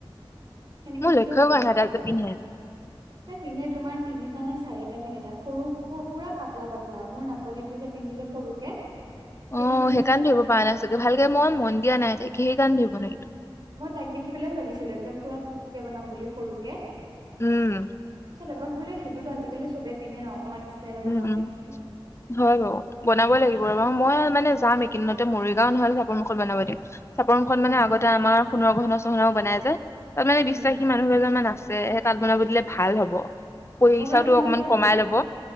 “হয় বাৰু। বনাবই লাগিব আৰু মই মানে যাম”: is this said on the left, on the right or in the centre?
Left